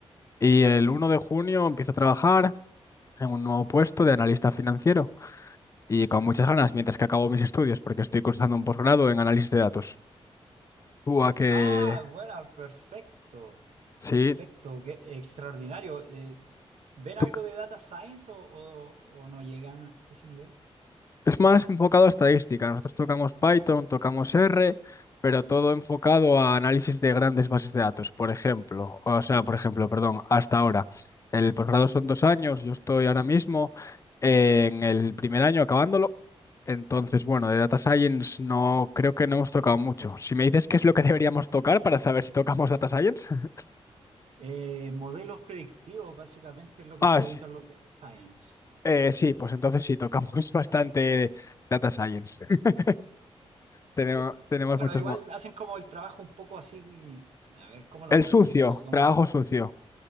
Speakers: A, on the left; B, on the right.
A: Y el uno de junio empiezo a trabajar en un nuevo puesto de analista financiero. Y con muchas ganas, mientras que acabo mis estudios, porque estoy cursando un posgrado en análisis de datos. ¿Tú a qué?
B: Ah, bueno, perfecto,
A: Sí.
B: perfecto, qué extraordinario. Eh, ¿ven algo
A: tú.
B: de data science o, o- o no llegan a ese nivel?
A: Es más enfocado a estadística. Nosotros tocamos Python, tocamos R, pero todo enfocado a análisis de grandes bases de datos, por ejemplo. O sea, por ejemplo, perdón, hasta ahora. El posgrado son dos años, yo estoy ahora mismo en el primer año acabándolo. Entonces, bueno, de Data Science no creo que no hemos tocado mucho. Si me dices qué es lo que <laughs> deberíamos tocar para saber si tocamos Data Science. <laughs>
B: Eh, modelos predictivos, básicamente es lo que
A: Ah,
B: se dedican
A: sí,
B: los data science.
A: eh, sí, pues entonces sí, tocamos <laughs> bastante Data Science. <laughs>
B: Sí.
A: Tenemos, tenemos
B: Bueno,
A: muchos,
B: igual
A: mo-
B: hacen como el trabajo un poco así, a ver, ¿cómo lo
A: El
B: puedo
A: sucio,
B: explicar? Como,
A: trabajo sucio.